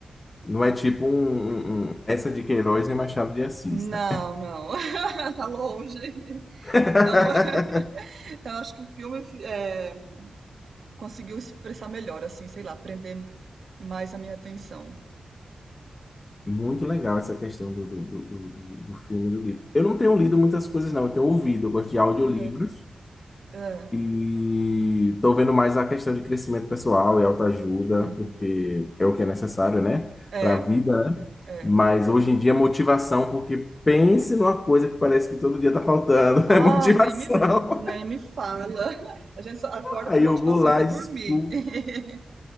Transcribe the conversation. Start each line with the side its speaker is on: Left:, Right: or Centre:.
Left: Não é tipo um, um- um- essa de Queiroz nem Machado de Assis,
Right: Não,
Left: né?
Right: não, <laughs> tá longe.
Left: <laughs>
Right: Então, <laughs> então eu acho que o filme é, conseguiu expressar melhor, assim, sei lá, prender mais a minha atenção.
Left: Muito legal essa questão
Right: Uhum,
Left: do, do, do, do, do do filme e do livro. Eu não tenho lido muitas coisas, não. Eu tenho ouvido, eu gosto de audiolivros.
Right: uhum, é,
Left: E estou vendo mais a questão de crescimento pessoal e autoajuda,
Right: uhum.
Left: porque é o que é necessário, né?
Right: É,
Left: Para a vida, né?
Right: é.
Left: Mas hoje em dia, é motivação, porque pense numa coisa que parece que todo dia está faltando,
Right: Ah,
Left: <laughs> é motivação.
Right: nem me, nem me fala. <laughs> A gente só acorda
Left: Aí
Right: com motivação
Left: eu vou lá
Right: para dormir.
Left: e escuto.
Right: <laughs>